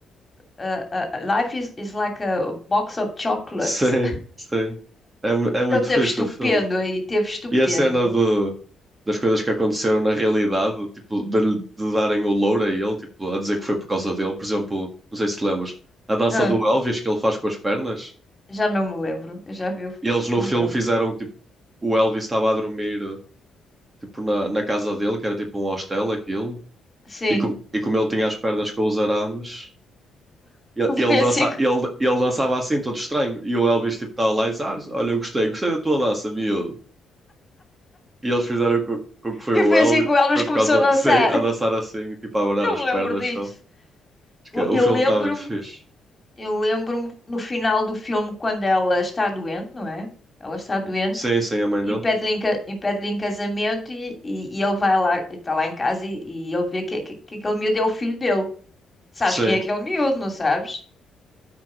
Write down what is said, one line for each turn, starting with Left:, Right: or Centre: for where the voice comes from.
Left: uh, uh, life is, is like a box of chocolates.
Right: <laughs> Sim, sim. É, mu-
Left: <laughs>
Right: é muito
Left: Ele teve
Right: fixe
Left: estupendo
Right: o filme.
Left: aí, teve estupendo.
Right: E a cena do, das coisas que aconteceram na realidade, tipo, de, lhe- de darem o louro a ele, tipo, a dizer que foi por causa dele. Por exemplo, não sei se te lembras, a dança
Left: Ah,
Right: do Elvis que ele faz com as pernas.
Left: já não me lembro. Eu já vi, o-
Right: E eles no
Left: não
Right: filme
Left: me lembro.
Right: fizeram que tipo, o Elvis estava a dormir tipo, na, na casa dele, que era tipo um hostel, aquilo.
Left: Sim,
Right: E, com, e como ele tinha as pernas com os arames, Ele,
Left: <laughs>
Right: ele,
Left: foi
Right: dança,
Left: assim, que-
Right: ele, ele dançava assim, todo estranho. E o Elvis tipo estava lá e disse: "Ah, Olha, eu gostei, gostei da tua dança, miúdo. E eles fizeram com, com que foi
Left: e
Right: o
Left: foi
Right: Elvis,
Left: assim que o Elvis
Right: foi
Left: começou
Right: por causa,
Left: a dançar.
Right: sei, a dançar assim, tipo a abanar
Left: Não
Right: as
Left: me
Right: pernas
Left: lembro disso.
Right: só. Acho
Left: Eu
Right: que é- O
Left: eu
Right: filme
Left: lembro-me,
Right: está muito fixe.
Left: eu lembro-me no final do filme quando ela está doente, não é? Ela está doente
Right: Sim, sim, a mãe
Left: e
Right: dele.
Left: pede-lhe em, ca- e pede-lhe em casamento e, e, e ele vai lá, está lá em casa e, e ele vê que, que, que aquele miúdo é o filho dele. Sabes
Right: Sim.
Left: quem é aquele miúdo, não sabes?